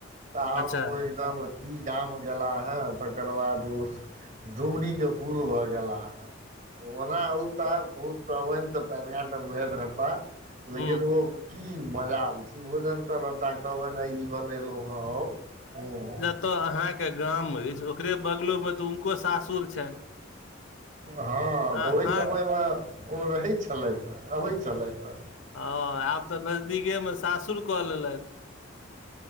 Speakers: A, on the right (about 40°); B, on the left (about 70°).
A: तऽ
B: अच्छा
A: आब ओ एकदम की गाम गेला ह तकर बाद दोस्त दुमडी के फूल भऽ गेला ह। ओना अऊता बहुत कहबनि तऽ पैट घाट भेट हता।
B: हूँ
A: लेकिन ओ की मजाल छी भोजन क लेता कहबनि बनैलहु ह आव उहु।
B: त अहाँके गाम अछि ओकरे बगलोमे तऽ हुनको सासुर छनि।
A: हँ तऽ
B: अहाँ
A: ओई समयमे ओ रहैत छलथि अबैत छलथि ह।
B: हँ आब तऽ नजदीकेमे सासुर कऽ लेलथि।